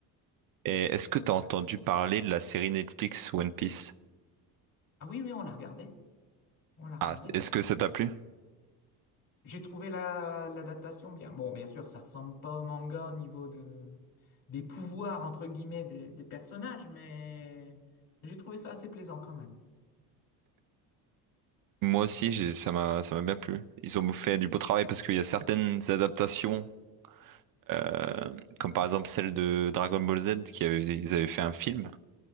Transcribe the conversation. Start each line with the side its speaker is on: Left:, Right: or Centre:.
Right: et est-ce que tu as entendu parler de la série Netflix One Piece?
Left: Ah oui, oui, on l'a regardé. On l'a regardé.
Right: Ah, est-ce que ça t'a plu?
Left: J'ai trouvé la, l'adaptation bien. Bon, bien sûr, ça ressemble pas au manga au niveau de, des pouvoirs, entre guillemets, des, des personnages, mais j'ai trouvé ça assez plaisant quand même.
Right: Moi aussi, j'ai- ça m'a ça m'a bien plu. Ils ont fait du beau travail parce qu'il y a certaines adaptations Euh, comme par exemple celle de Dragon Ball Z qui avait, ils avaient fait un film.